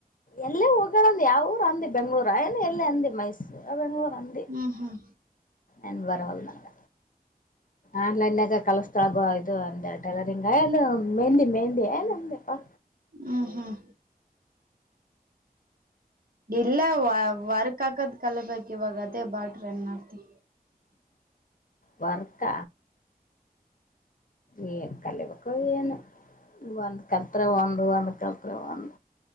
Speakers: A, on the left (about 55°); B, on the right (about 65°).
A: ಎಲ್ಲೇ ಹೋಗಾರ ಅಂದ ಯಾವ ಊರು ಅಂದ ಬೆಂಗಳೂರು ಏನ ಎಲ್ಲೇ ಅಂದ ಮೈಸೂರ ಬೆಂಗಳೂರು ಅಂದ
B: ಹ್ಮ್ ಹ್ಮ್
A: ಏನ್ ಬರಲ್ಲ ನಲ್ಲ ಆನ್ಲೈನಗ ಕಲಸತಾಗೋ ಇದು ಒಂದ ಟೈಲರಿಂಗ್ ಏನು ಮೆಹಂದಿ ಮೆಹಂದಿ ಏ ನಂದಪಾ
B: ಹ್ಮ್ ಹ್ಮ್ ಇಲ್ಲ ವರ್ಕ್ ಹಾಕದ್ ಕಲಬೇಕಕ್ ಇವಾಗ ಅದೇ ಬಾಟ್ರ ಎನ್ ಆ್ತಿ.
A: ವರ್ಕ. ಈ ಕಲಿಬೇಕು ಏನು ಒಂದ್ ಕಲ್ತ್ ಒಂದು ಒಂದ್ ಕಲ್ತ್ ಒಂದು್.